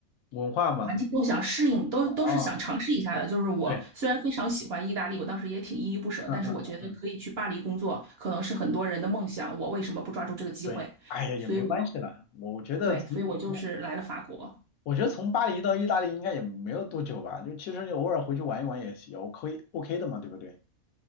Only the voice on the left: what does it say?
文化嘛，
哦，
对，
嗯嗯嗯嗯，
对，哎呀，也没关系啦，
我觉得从一从
我觉得从巴黎到意大利应该也没有多久吧，就其实你偶尔回去玩一玩也行也 OK OK 的嘛，对不对？